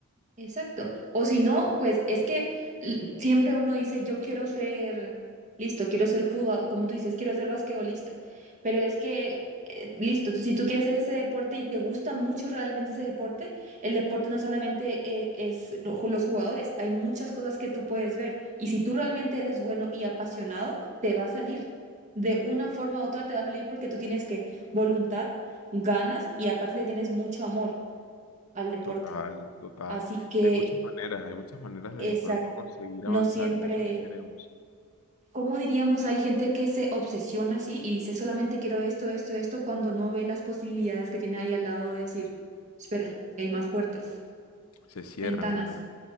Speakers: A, on the right; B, on the left.
A: Exacto. O si no, pues es que l- siempre uno dice, yo quiero ser, listo, quiero ser fútbol, o como tú dices, quiero ser basquetbolista. Pero es que, eh, listo, tú- si tú quieres hacer ese deporte y te gusta mucho realmente ese deporte, el deporte no solamente eh, es lo- los jugadores, hay muchas cosas que tú puedes ver. Y si tú realmente eres bueno y apasionado, te va a salir. De una forma u otra te va a salir porque tú tienes que voluntad, ganas y aparte le tienes mucho amor al deporte.
B: Total, total.
A: Así que...
B: Hay muchas maneras, hay muchas maneras de
A: Exacto,
B: de pronto conseguir
A: no
B: avanzar
A: siempre,
B: en eso que queremos.
A: ¿cómo diríamos? Hay gente que se obsesiona así y dice solamente quiero esto, esto, esto, cuando no ve las posibilidades que tiene ahí al lado de decir, espera, hay más puertas,
B: Se cierran,
A: ventanas.
B: ¿verdad?